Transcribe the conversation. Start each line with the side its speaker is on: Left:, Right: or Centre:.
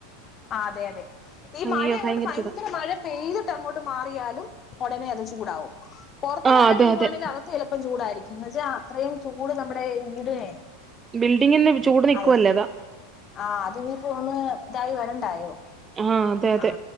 Left: ആഹ് അതെ അതെ ഈ
Right: അയ്യോ
Left: മഴയ അങ്ങോട്ട് ഭയങ്കര
Right: ചൂടാ
Left: മഴ പെയ്തിട്ട് അങ്ങോട്ട് മാറിയാലും ഉടനെ അത് ചൂടാവും പുറത്ത്
Right: ആഹ്
Left: മഴ
Right: അതെ
Left: പെയ്യുവാണെങ്കിൽ
Right: അതെ
Left: ചിലപ്പം ചൂടായിരിക്കും എന്നന്ന്ച്ചാ അത്രയും ചൂട് നമ്മുടെ വീടിനെ
Right: ബിൽഡിംഗി നിന്ന് ചൂട് നൽക്കുവല്ലേ
Left: അതെ
Right: അതാ
Left: ആഹ് അതിനി പോന്ന് ഇതായി വരണ്ടായോ
Right: ആഹ് അതെ അതെ
Left: ആ